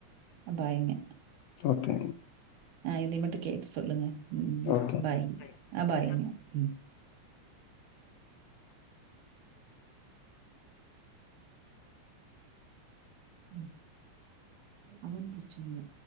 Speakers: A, on the right; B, on the left.
A: அ பாய்ங்க.
B: ஓகே
A: ஆ இதே மட்டு கேட்டு சொல்லுங்க ம்
B: ஓகே.
A: பாய்ங்க அ பாய்ங்க
B: பை.
A: ம் ம் அது ஒன்னு பிரச்சன இல்ல